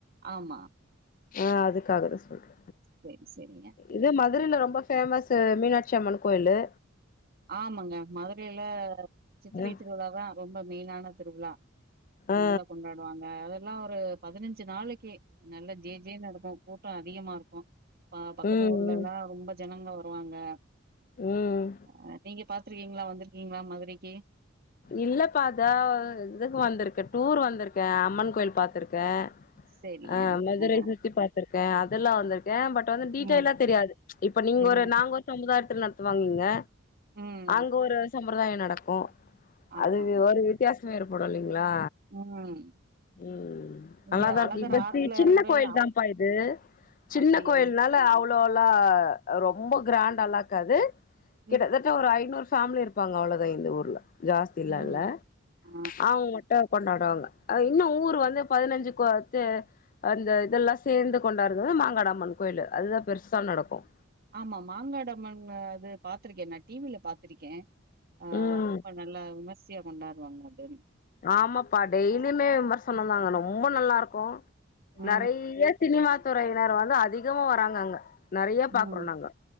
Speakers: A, on the right; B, on the left.
A: ஆமா
B: ஆ அதுக்காக தா சொல்றே
A: செரி செரிங்க
B: இது மதுரையில
A: ம்
B: ரொம்ப ஃபேமஸ் மீனாட்சி அம்மன் கோயிலு
A: ஆமாங்க மதுரையில சித்திரை
B: அ
A: திருவிழா தா ரொம்ப மெயினான திருவிழா
B: ஆ
A: நல்லா கொண்டாடு வாங்க அதெல்லா ஒரு பதினஞ்சு நாளைக்கு நல்லா ஜே ஜேன்னு நடக்கும் கூட்டம் அதிகமா இருக்கு அ பக்கத்து
B: ம்
A: ஊர்லல்லா
B: ம்
A: ரொம்ப ஜனங்க வருவாங்க
B: ம்
A: அ நீங்க பாத்துருக்கீங்களா வந்திருக்கீங்களா மதுரைக்கு
B: இல்லப்பா அத இதுக்கு வந்திருக்கே டூர் வந்திருக்கே அம்மன் கோயில் பாத்திருக்கே
A: செரிங்க
B: ஆ மதுரை
A: ஆ
B: சுத்தி பாார்த்திருக்கே அதெல்லா வந்திருக்கே பட் வந்து டீட்டெய்லா
A: ம்
B: தெரியாது இப்ப நீங்க
A: ம்
B: ஒரு நாங்க ஒரு சமுதாயத்து நடத்துவாங்கங்க
A: ம்
B: அங்க ஒரு சம்முர்தாய நடக்கும்
A: ஆமா
B: அது
A: ஆமா
B: ஒரு வித்தியாசம் ஏற்படும் இல்லைங்களா
A: ம்
B: ம்
A: இங்க
B: நல்லாதா
A: அழகர்
B: இருக்கு இப்ப
A: ஆத்துல
B: சின்ன
A: எறங்குற
B: கோயில்
A: அப்
B: தான்ப்பா இது சின்ன
A: அப்டியா
B: கோயில்னால அவ்ளோல்லா ரொம்ப கிராண்டல்லா இக்காது கிட்டத்தட்ட
A: ம்
B: ஒரு ஐநூறு ஃபேமிலி இருப்பாங்க அவ்வளதா இந்த ஊர்ல ஜாஸ்திலா
A: ம்
B: இல்ல
A: ஆ
B: ஆமங் கொண்டாடுவாங்க இன்னு ஊர் வந்து பதினஞ்சு கோ த்து அந்த இதெல்லா சேர்ந்து கொண்டாறது மாங்கடம்மன் கோயிலு அதுதா பெருசா நடக்கும்
A: ஆமா மாங்காடு அம்மன் பாத்துருக்கே நான் டிவில பாத்திருக்கே ஆ
B: ம்
A: ரொம்ப நல்லா விமர்சையா கொண்டாடுவாங்க அது
B: ஆமாப்பா டெய்லியுமே விமர்சனந்தா ரொம்ப நல்லா இருக்கு
A: ம்
B: நெறைய சினிமா துறையினர் வந்து அதிகமா வராங்க அங்க நறைய பாக்குறோ
A: ம்
B: நாங்க